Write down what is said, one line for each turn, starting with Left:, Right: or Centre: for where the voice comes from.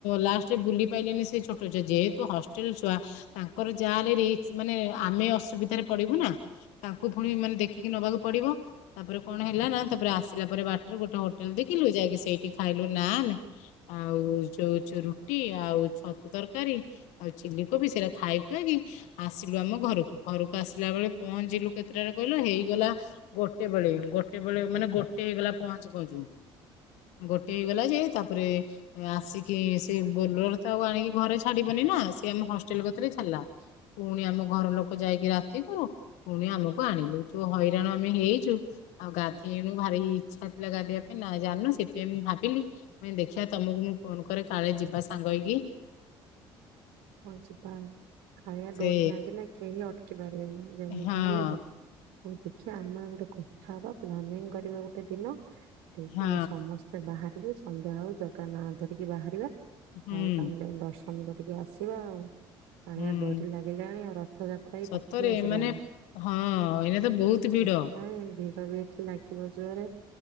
Left: ଲାଷ୍ଟରେ ବୁଲି ପାଇଲେନି ସେ ଛୋଟ ଛୁଆ ଯେହେତୁ ହଷ୍ଟେଲ ଛୁଆ ତାଙ୍କର ଯାହା ହେଲେ ମାନେ ଆମେ ଅସୁବିଧାରେ ପଡିବୁ ନା ତାଙ୍କୁ ପୁଣି ମାନେ ଦେଖିକି ନବାକୁ ପଡିବ ତାପରେ କଣ ହେଲା ନା ତାପରେ ଆସିଲା ପରେ ବାଟରେ ଗୋଟ ହୋଟେଲ ଦେଖିଲୁ ଯାଇକି ସେଇଠି ଖାଇଲୁ ନାନ ଆଉ ଯୋଉ ଚୁ ରୁଟି ଆଉ ଛତୁ ତରକାରୀ ଆଉ ଚିଲ କୋବି ସେଇଟା ଖାଇ ଖାଇକି ଆସିଲୁ ଆମ ଘରକୁ ଘରକୁ ଆସିଲା ବେଳେ ପହଞ୍ଚିଲୁ କେତେଟା ରେ କହିଲ ହେଇଗଲା ଗୋଟେ ବେଳେ ଗୋଟେ ବେଳେ ମାନେ ଗୋଟେ ହେଇଗଲା ପହଞ୍ଚୁ ପହଞ୍ଚୁ ଗୋଟେ ହେଇଗଲା ଯେ ତାପରେ ଆସିକି ସେ ବୋଲର ତ ଆଉ ଆଣିକି ଘରେ ଛାଡିବନି ନା ସେ ଆମ ହଷ୍ଟେଲ କଥରେ ଛାଡ଼ିଲା ପୁଣି ଆମ ଘର ଲୋକ ଯାଇକି ରାତି କରୁ ପୁଣି ଆମକୁ ଆଣିଲୁ ଯୋଉ ହଇରାଣ ଆମେ ହେଇଛୁ ଆଉ ଗାଧ ତଣୁ ଭାରି ଇଚ୍ଛା ଥିଲା ଗାଧେଇବା ପାଇଁ ଜାଣିନୁ ସେଥିପାଇଁ ମୁଁ ଭାବିଲି ମୁଇ ଦେଖିବା ତମକୁ ମୁଁ ଫୋନ କରେ କାଳେ ଯିବା ସାଙ୍ଗ ହେଇକି ।
Right: ହଁ ଯିବା କାଳିଆ
Left: ସେ
Right: ଡୋରି ନାଗିଲ କେହି ଅ କିବାର ଏମ୍ ଜାନିକି
Left: ହଁ
Right: ହେଲେ ଯେ ହୋଉ ଦେଖିଆ ଆମେ ଆଉ ଗୋଟେ କଥା ହବା ପ୍ଲାନିଂ କରିବା ଗୋଟେ ଦିନ ଦେଇକି
Left: ହଁ
Right: ଆମେ ସମସ୍ତେ ବାହାର ଏବେ ସନ୍ଧ୍ୟା ହଉ ଜଗା ନାଁ ଧରିକି ବାହାରିବା
Left: ହୁଁ
Right: । ହଉ ତାହେଲେ ଏ ବର୍ଷ୍ ଅନୁ କରିକି ଆସ୍ ଯିବା ଆଉ କାଳିଆ
Left: ହୁଁ
Right: ଡୋରି ଲାଗିଲାଣି ଆଉ ରଥଯାତ୍ରା ବି
Left: ସତରେ
Right: ପାଖେଇ ଆସିଲାଣି
Left: ମାନେ ହଁ ଏଇନା ତ ବହୁତ
Right: । ସେଥିପାଇଁ
Left: ଭିଡ
Right: ଭି ତ ଏବେ ଏଠି ଲାଗିବ ଜୋରେ।